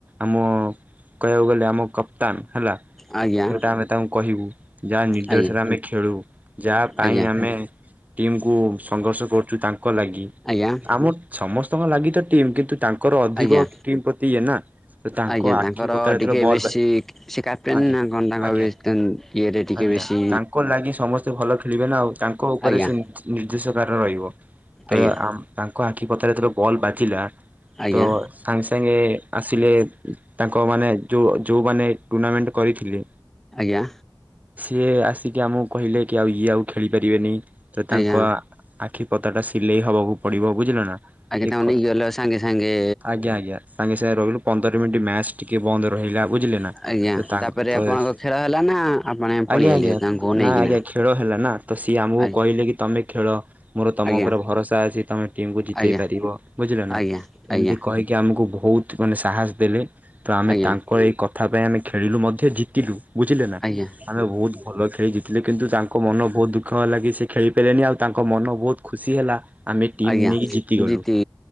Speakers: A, on the right; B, in the centre.
A: ଆମ କହିବାକୁ ଗଲେ ଆମ କପ୍ତାନ ହେଲା।
B: ଆଜ୍ଞା
A: ଯୋଉଟା ଆମେ ତାଙ୍କୁ କହିବୁ ଯାହା ନିର୍ଦ୍ଦେଶରେ
B: ଆଜ୍ଞା
A: ଆମେ ଖେଳୁ ଯାହା ପାଇଁ
B: ଆଜ୍ଞା
A: ଆମେ ଟିମ କୁ ସଂଘର୍ଷ କରୁଛୁ ତାଙ୍କ ଲାଗି
B: ଆଜ୍ଞା
A: ଆମ ସମସ୍ତଙ୍କ ଲାଗି ତ ଟିମ୍ କିନ୍ତୁ ତା ଙ୍କର ଅଧିକ
B: ଆଜ୍ଞା
A: ଟିମ ପ୍ରତି ଇଏ ନା? ତାଙ୍କ
B: ଆଜ୍ଞା
A: ଆଖି
B: ତାଙ୍କର
A: ପତା ଯେତେବେଳେ
B: ଟିକେ
A: ବଲ
B: ବେଶୀ
A: ବା
B: ସେ କ୍ୟାପ୍ଟେନ୍
A: ଆଜ୍ଞା
B: ନା କଣ ତାଙ୍କ
A: ଆଜ୍ଞା।
B: ବେଶୀ ଇଏରେ ଟିକେ
A: ଆଜ୍ଞା
B: ବେଶୀ
A: ତାଙ୍କ ଲାଗି ସମସ୍ତେ ଭଲ ଖୋଳିବେ ନା ଆଉ ତାଙ୍କ ଉପରେ
B: ଆଜ୍ଞା
A: ସେ ନି ନିର୍ଦ୍ଦିଷ କାର ରହିବ ତ
B: ଆଜ୍ଞା
A: ଆମ ତାଙ୍କ ଆଖି ପତାରେ ଯେତେବେଳେ ବଲ୍ ବାଜିଲା
B: ଆଜ୍ଞା
A: ତ ସାଙ୍ଗେ ସାଙ୍ଗେ ଆସିଲେ ଉଁ ତାଙ୍କ ମାନେ ଯୋଉ ଯୋଉମାନେ ଟୁର୍ଣ୍ଣାମେଣ୍ଟ କରିଥିଲେ
B: ଆଜ୍ଞା।
A: ସିଏ ଆସିକି ଆମୁକୁ କହିଲେ କି ଆଉ ଇଏ ଆଉ ଖେଳି ପାରିବେନେଇଁ ତ
B: ଆଜ୍ଞା
A: ତାଙ୍କ
B: ଆଜ୍ଞା
A: ଆ ଆଖି ପତା ଟା ସିଲେଇ ହବାକୁ ପଡିବ, ବୁଝିଲେ ନା? ଆଁ
B: ତାଙ୍କୁ
A: ଏକ
B: ନେଇକି ଗଲ ସାଙ୍ଗେ ସାଙ୍ଗେ
A: ଆଜ୍ଞା ଆଜ୍ଞା ସାଙ୍ଗେ ସାଙ୍ଗେ ରହିଲୁ ପ ପନ୍ଦର ମିଣ୍ଟି ମ୍ୟାଚ୍ ଟିକେ ବନ୍ଦ୍ ରହିଲା ଆଉ। ବୁଝିଲେ ନା
B: ଆଜ୍ଞା
A: ତ ତାଙ୍କ
B: ତାପରେ
A: ତ
B: ଆପଣଙ୍କ
A: ଏସ୍
B: ଖେଳ ହେଲା ନା ଆପଣ ପଳେଇଆଇଲେ
A: ଆଜ୍ଞା ଆଜ୍ଞା
B: ତାଙ୍କୁ ନେଇକିନା
A: ନା ଆଜ୍ଞା ଖେଳ ହେଲା ନା। ତ ସିଏ ଆମୁକୁ
B: ଆଜ୍ଞା
A: କହିଲେ କି ତମେ ଖେଳ ମୋର ତମ
B: ଆଜ୍ଞା
A: ଓପରେ ଭରସା ଅଛି ତମେ ଟିମ୍ କୁ ଜିତେଇ
B: ଆଜ୍ଞା
A: ପାରିବ ବୁଝିଲନା
B: ଆଜ୍ଞା ଆଜ୍ଞା
A: ଏମିତି କହିି କି ଆମୁକୁ ଭୋଉତ୍ ମାନେ ସାହସ୍ ଦେଲେ ତ ଆମେ
B: ଆଜ୍ଞା
A: ତାଙ୍କ ଏଇ କ ଥା ପାଇଁ ଆମେ ଖେଳିଲୁ ମଧ୍ୟ ଜିତିଲୁ ବୁଝିଲେ ନା,
B: ଆଜ୍ଞା
A: ଆମେ ଭୋଉତ୍ ଭଲ ଖେଳି ଜିତିଲୁ କିନ୍ତୁ ତାଙ୍କ ମନ ଭୋହୁତ୍ ଦୁଃଖ ହେଲା କି ସେ ଖେଳି ପାଇଲେ ନି ଆଉ ତାଙ୍କ ମନ ବୋହୁତ୍ ଖୁସି ହେଲା, ଆମେ ଟିମ୍
B: ଆଜ୍ଞା
A: ନେଇକି ଜିତିଗଲୁ।
B: ଜିତି